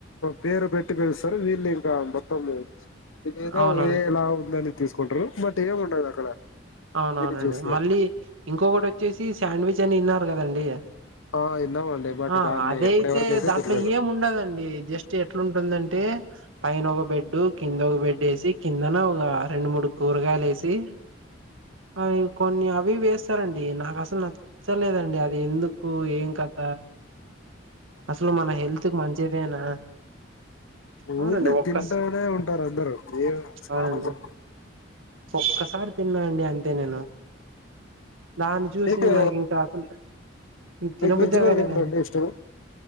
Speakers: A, on the left; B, on the right.
A: పేరు పెటి పిలుస్తారు వీళ్ళు ఇంకా మొత్తము ఇదో
B: అవునవును
A: ఏలా ఉంద తీసుకుంటారు బట్ ఏమి ఉంటదు అక్కడ
B: అవునవునండి
A: తిని చూస్తే
B: మళ్ళీ ఇంకొకటి వచ్చేసి శాండ్విచ్ ఇన్నారు కదండి
A: ఆ విన్నామండి బట్
B: ఆ
A: దాన్ని
B: అదయితే
A: ఎప్పుడెవరికైతే
B: దాంట్లో
A: తినలేదు
B: ఏమి ఉండదండి జస్ట్ ఎట్లాంటుందంటే పైన ఒక బెడ్ కింద ఒక బెడ్ వేసి కిందన ఒక రెండు మూడు కూరగాయలు వేసి అ కొన్ని అవి వేస్తారండి నాకు అస అసలు నచ్చలేదండి అది ఎందుకు అకు ఏం కత అసలు మన హెల్త్ కి మంచిదేనా అవునండి
A: ఊరిని
B: ఒక్క
A: తింటూనే ఉంటారు అందరుూ మ అసలు
B: అవునండి
A: ఆలోచన
B: ఒక్కసారి తిన్నా అండి అంతే నేను దాన్ని చూసి
A: మీకు
B: నాకు ఇంకా అసలు ఇంక తినబుధే
A: మీకు వెజ్ లో
B: కాలేదండి
A: ఏంటండి ఇష్టం